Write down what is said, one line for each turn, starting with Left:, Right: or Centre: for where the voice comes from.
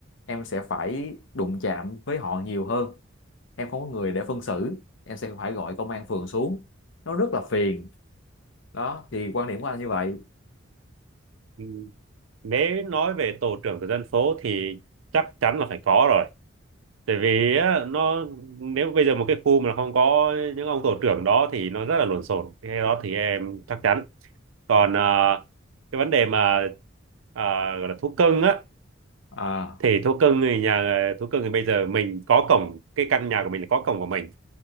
Left: em sẽ phải đụng chạm với họ nhiều hơn em không có người để phân xử em sẽ phải gọi công an phường xuống nó rất là phiền đó thì quan điểm của anh như vậy
Right: ừ. nếu nói về tổ trưởng của dân phố thì chắc chắn là phải có rồi tại vì á, nó nếu bây giờ một cái khu mà không có những ông tổ trưởng đó thì nó rất là lộn xộn cái đó thì em chắc chắn còn ờ, cái vấn đề mà ờ, gọi là thú cưng á
Left: à
Right: thì thú cưng thì nhà thú cưng thì bây giờ mình có cổng cái căn nhà của mình là có cổng của mình